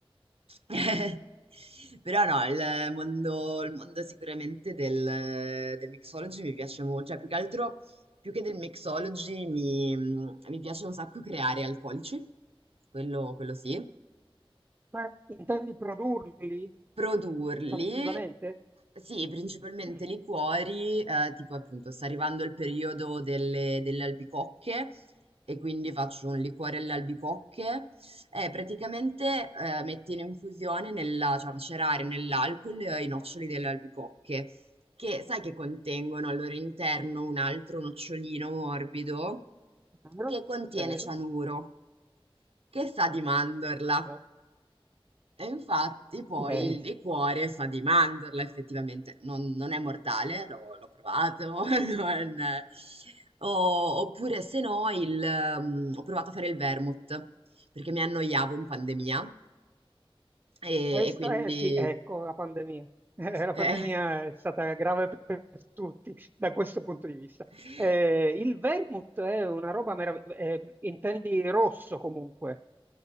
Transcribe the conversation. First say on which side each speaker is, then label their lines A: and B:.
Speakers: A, on the right; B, on the right.
A: <laughs> Però no, il mondo, il mondo sicuramente del, del mixology mi piace molto, cioè più che altro, più che del mixology mi, mi piace un sacco creare alcolici, quello quello sì.
B: ma Intendi produrli
A: Produrli
B: fattivamente?
A: sì, principalmente
B: Mm.
A: liquori, ehm, tipo appunto sta arrivando il periodo delle delle albicocche e quindi faccio un liquore alle albicocche e praticamente, ehm, metti in infusione nella cioè macerare nell'alcol eh, i noccioli delle albicocche, che sai che contengono al loro interno un altro nocciolino morbido
B: È vero?
A: che contiene
B: È vero?
A: cianuro, che sa di mandorla.
B: Oh,
A: E infatti poi
B: ok.
A: il liquore sa di mandorla effettivamente, non, non è mortale, l'ho l'ho provato, <laughs> non- o- oppure se no il, ehm, ho provato a fare il vermouth, perché mi annoiavo in pandemia e,
B: Questo,
A: e quindi
B: eh sì, ecco la pandemia. <laughs> Eh, la pandemia
A: eh,
B: è stata grave per tutti da questo punto di vista.
A: <laughs>
B: Eh, il vermouth è una roba meravigliosa, intendi rosso comunque.